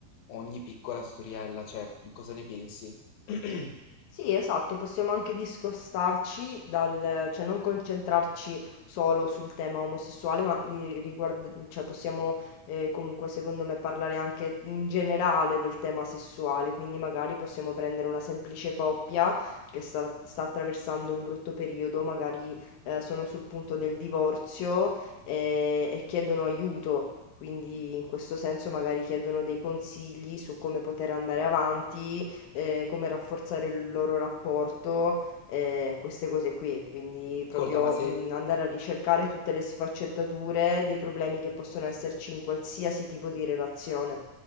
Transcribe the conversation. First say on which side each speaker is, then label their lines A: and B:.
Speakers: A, on the left; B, on the left.
A: ogni piccola storiella, cioè cosa ne pensi? <clears throat>
B: Sì, esatto, possiamo anche discostarci dal, cioè non concentrarci solo sul tema omosessuale, ma mi riguard- cioè possiamo eh, comunque secondo me parlare anche in generale del tema sessuale, quindi magari possiamo prendere una semplice coppia che sta, sta attraversando un brutto periodo, magari eh, sono sul punto del divorzio eh, e chiedono aiuto. Quindi in questo senso magari chiedono dei consigli su come poter andare avanti, eh, come rafforzare il loro rapporto, eh, queste cose qui. Quindi proprio
A: Ascolta, ma se,
B: mh, andare a ricercare tutte le sfaccettature dei problemi che possono esserci in qualsiasi tipo di relazione.